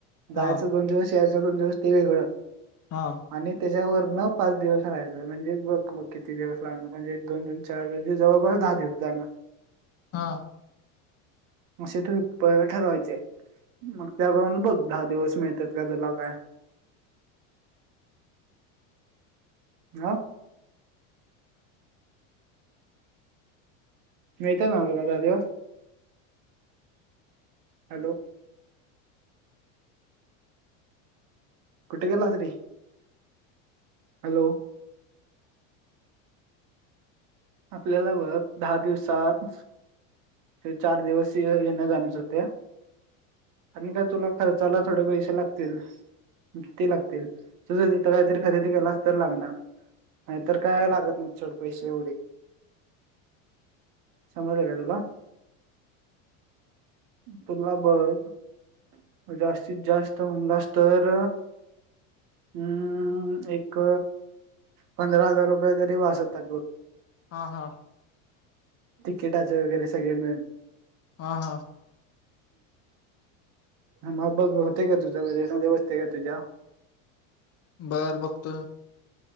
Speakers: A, on the right; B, on the left.
A: जायचं
B: हा
A: दोन दिवस यायच. दोन दिवस ते वेगळं.
B: हा
A: आणि त्याच्यावर न. पाच दिवस राहायचं म्हणजे बग मग किती दिवस लागण म्हणजे दोन दोन चार म्हजे जवळपास दहा दिवस जाण.
B: हा.
A: म तू ठरवायचे मग त्यामुळे बघ दहा दिवस मिळतात का तुला काय? हा. मीहता ना बोलाता देव हॅलो. कुठे गेला तरी हॅलो. आपल्याला बघ दहा दिवसात ते चार दिवस येण्या जाणच होते आणि का तुला खर्चाला थोडे पैसे लागतील किती लागतील तुझर तिथं काहीतरी खरेदी केला अस तर लागणार नाहीतर काय लागत नाही छोट पैसे एवढे. समज का तुला तुला बघ जास्तीत जास्त म्हणलास तर अम एक पंधरा हजार रुपये तरी वाचवतात बघ.
B: हा हा.
A: किटाच वगैरे सगळे मिळून.
B: हा हा.
A: ह मग बघ होते का तुझेट मध्ये बसते का तुझ्या
B: बार वक्त